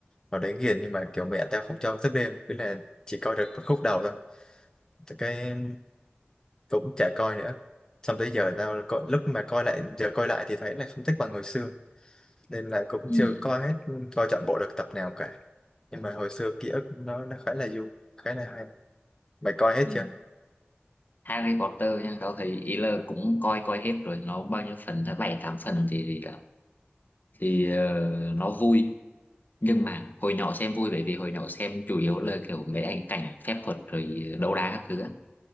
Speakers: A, on the left (about 15°); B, on the left (about 50°).
A: hồi đấy ghiền nhưng mà kiểu mẹ tao không cho thức đêm với là chỉ coi được một khúc đầu thôi Thì cái cũng chả coi nữa xong tới giờ tao có, lúc mà coi lại giờ coi lại thì thấy là không thích bằng hồi xưa nên là cũng
B: Ừ.
A: chưa coi hết coi trọn bộ được tập nào cả nhưng mà hồi xưa ký ức nó nó khá là vui khá là hay mày coi hết
B: ừ.
A: chưa
B: Harry Potter nha tao thấy ý là cũng coi coi hết rồi nó bao nhiêu phần ta bảy tám phần thì thì, là- thì ờ, nó vui nhưng mà hồi nhỏ xem vui bởi vì hồi nhỏ xem chủ yếu là kiểu mấy ảnh cảnh phép thuật rồi đấu đá các thứ á.